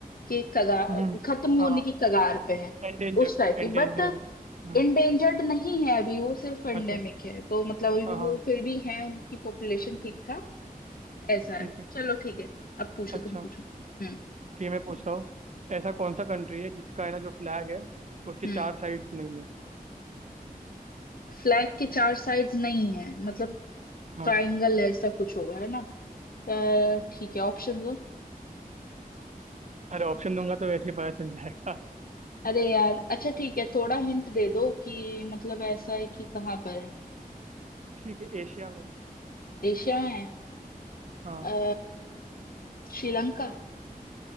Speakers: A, on the left (about 70°); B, on the right (about 50°).
A: के कगार
B: हम्म
A: खत्म होने
B: हाँ
A: की कगार पे है
B: एंडेंजर्ड
A: उस टाइप की
B: एंडेंजर्ड
A: बट
B: हम्म
A: इंडेंजर्ड नहीं है अभी वो सिर्फ एंडेमिक
B: अच्छा
A: है तो मतलब अभी भी
B: हाँ
A: वो
B: हाँ
A: फिर भी है उनकी पॉपुलेशन ठीक ठाक ऐसा
B: ठीक
A: है
B: है
A: चलो ठीक है अब पूछो
B: अच्छा
A: तुम पूछो हम्म
B: ठीक है मैं पूछता हूँ ऐसा कौन सा कंट्री है जिसका है ना जो फ्लैग है उसके
A: हम्म
B: चार साइड्स नहीं है
A: फ्लैग के चार साइड्स नहीं है मतलब
B: हाँ
A: ट्रायंगल ऐसा कुछ होगा है ना अ, ठीक है ऑप्शन दो
B: अरे ऑप्शन दूंगा तो वैसे ही पता चल जाएगा
A: अरे यार अच्छा ठीक है थोड़ा हिंट दे दो कि मतलब ऐसा है कि कहाँ पर है
B: ठीक है एशिया में
A: एशिया में है
B: हाँ
A: अ, श्रीलंका